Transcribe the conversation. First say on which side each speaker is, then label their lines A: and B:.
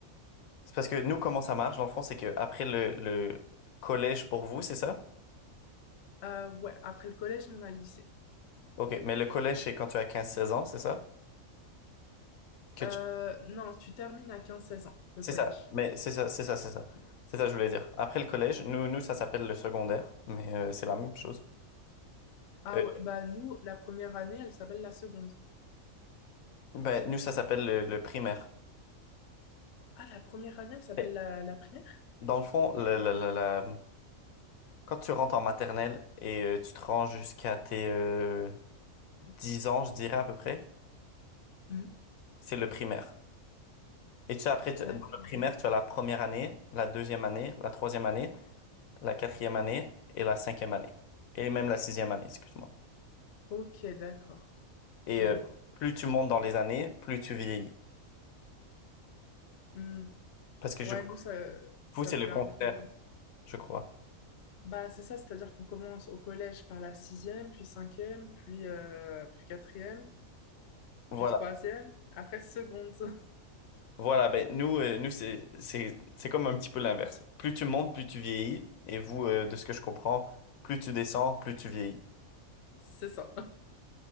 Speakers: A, on the left; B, on the left.
A: C'est parce que nous, comment ça marche, dans le fond, c'est que après le, le collège pour vous, c'est ça?
B: Euh, ouais, après le collège, nous, on a le lycée.
A: Ok, mais le collège, c'est quand tu as quinze seize ans, c'est ça? Que
B: Euh,
A: tu
B: non, tu termines à quinze seize ans, le
A: C'est
B: collège.
A: ça, mais c'est ça, c'est ça, c'est ça. C'est ça que je voulais dire. Après le collège, nous, nous ça s'appelle le secondaire, mais euh, c'est la même chose.
B: Ah
A: Euh,
B: ouais, bah nous, la première année, elle s'appelle la seconde.
A: ben, nous, ça s'appelle le, le primaire.
B: Ah, la première année, elle s'appelle
A: Et
B: la, la primaire?
A: Dans le fond, la- la- la- la- quand tu rentres en maternelle et euh, tu te rends jusqu'à tes euh, 10 ans, je dirais à peu près,
B: Hmm.
A: c'est le primaire. Et tu sais, après, tu- dans
B: D'accord.
A: le primaire, tu as la première année, la deuxième année, la troisième année, la quatrième année et la cinquième année. Et même la sixième année, excuse-moi.
B: Ok, d'accord.
A: Et
B: Je
A: euh,
B: vois.
A: plus tu montes dans les années, plus tu vieillis.
B: Hmm.
A: Parce que
B: Ouais,
A: je
B: nous, ça, ça
A: Vous, c'est
B: fait
A: le contraire,
B: un peu...
A: je crois.
B: Bah, c'est ça, c'est-à-dire qu'on commence au collège par la sixième, puis cinquième, puis, euh, puis quatrième,
A: Voilà.
B: puis troisième, après seconde. <laughs>
A: Voilà, ben nous, euh, nous c'est c'est c'est comme un petit peu l'inverse. Plus tu montes, plus tu vieillis. Et vous, euh, de ce que je comprends, plus tu descends, plus tu vieillis.
B: C'est ça.